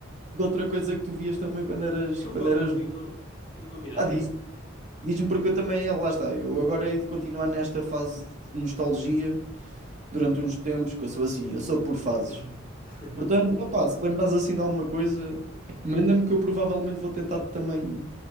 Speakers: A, on the right; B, on the left.
A: de outra coisa que tu vias também quando eras,
B: Eu
A: quando
B: falo
A: eras...
B: contigo, não... fica combinado.
A: Ah, diz, diz-me porque eu também, ah, lá está, eu agora hei de continuar nesta fase de nostalgia durante uns tempos, que eu sou assim, eu sou por fases.
B: Exato. <laughs>
A: Portanto, opá, se lembrares assim de alguma coisa, manda-me que eu provavelmente vou tentar também